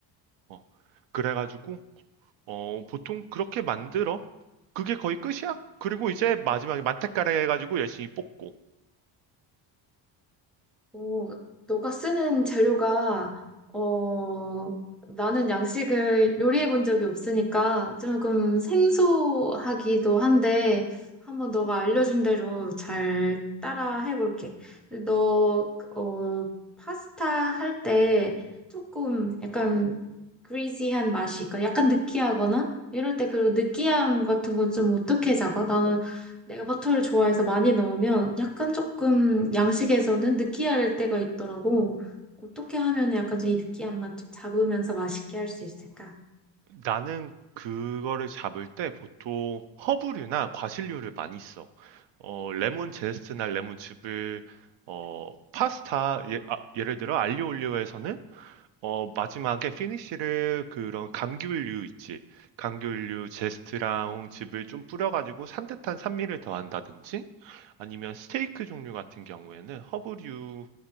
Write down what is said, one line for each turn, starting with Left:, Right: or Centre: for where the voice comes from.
Right: 어, 그래가지고 어, 보통 그렇게 만들어. 그게 거의 끝이야. 그리고 이제 마지막에 만테카레 해가지고 열심히 볶고.
Centre: 오, 너가 쓰는 재료가 어 나는 양식을 요리해 본 적이 없으니까 조금 생소하기도 한데 한번 너가 알려준 대로 잘 따라 해볼게. 너 어 파스타 할 때 조금 약간 그리지한 맛이 있거나 약간 느끼하거나 이럴 때 그런 느끼함 같은 건 좀 어떻게 잡아? 나는 내가 버터를 좋아해서 많이 넣으면 약간 조금 양식에서는 느끼할 때가 있더라고. 어떻게 하면 약간 좀 이 느끼한 맛 좀 잡으면서 맛있게 할 수 있을까?
Right: 나는 그거를 잡을 때 보통 허브류나 과실류를 많이 써. 어, 레몬 제스트나 레몬즙을 어, 파스타 예, 를 들어 알리오올리오에서는 어, 마지막에 피니쉬를 그런 감귤류 있지. 감귤류 제스트랑 즙을 좀 뿌려가지고 산뜻한 산미를 더한다든지 아니면 스테이크 종류 같은 경우에는 허브류